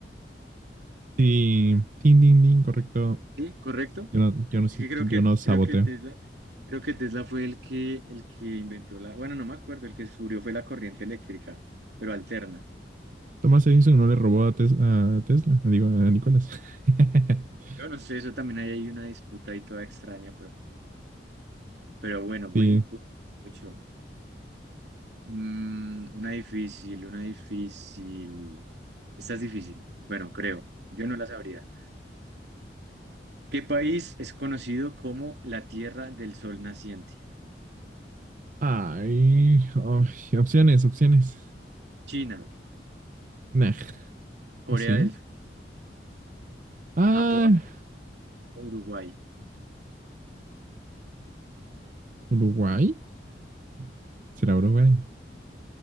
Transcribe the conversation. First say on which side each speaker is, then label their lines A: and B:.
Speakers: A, on the right; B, on the right.
A: Sí, tin, tin, tin, correcto.
B: ¿Sí? ¿Correcto?
A: Yo no, yo no, si-
B: Es que creo
A: yo
B: que,
A: no saboteo.
B: creo que Tesla, creo que Tesla fue el que, el que inventó la, bueno, no me acuerdo, el que descubrió fue la corriente eléctrica, pero alterna.
A: Thomas Edison no le robó a, Tes- a Tesla, digo, a Nicolás. <laughs>
B: Yo no sé, eso también hay ahí una disputa ahí toda extraña, pero, pero bueno, voy,
A: Sí.
B: voy, voy yo. Mm, una difícil, una difícil. Esta es difícil, bueno, creo. Yo no la sabría. ¿Qué país es conocido como la Tierra del Sol Naciente?
A: Ay, ay, opciones, opciones.
B: China,
A: Nah,
B: Corea
A: ¿o sí?
B: del Sur,
A: Ah,
B: Japón o Uruguay.
A: Uruguay. <laughs> ¿Será Uruguay?